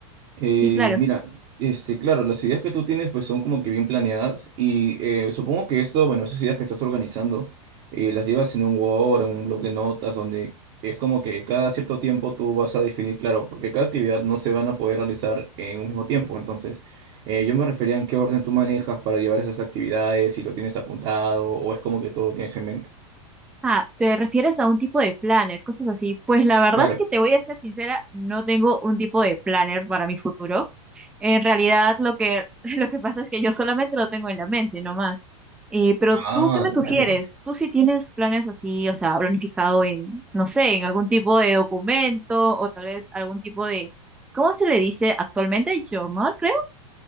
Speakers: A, on the right (about 45°); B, in the centre.
A: Eh,
B: sí, claro.
A: mira, este, claro, las ideas que tú tienes pues son como que bien planeadas y eh, supongo que esto, bueno, esas ideas que estás organizando eh, las llevas en un Word, en un blog de notas donde es como que cada cierto tiempo tú vas a definir, claro, porque cada actividad no se van a poder realizar en un mismo tiempo, entonces eh, yo me refería en qué orden tú manejas para llevar esas actividades, si lo tienes apuntado o es como que todo lo tienes en mente.
B: Ah, ¿te refieres a un tipo de planner, cosas así? Pues la verdad
A: Claro.
B: es que te voy a ser sincera, no tengo un tipo de planner para mi futuro. En realidad, lo que, <laughs> lo que pasa es que yo solamente lo tengo en la mente, no más. Eh, pero
A: Ah,
B: tú, ¿qué me
A: dale.
B: sugieres? ¿Tú sí tienes planes así, o sea, planificado en, no sé, en algún tipo de documento o tal vez algún tipo de, ¿cómo se le dice actualmente? Journal, creo.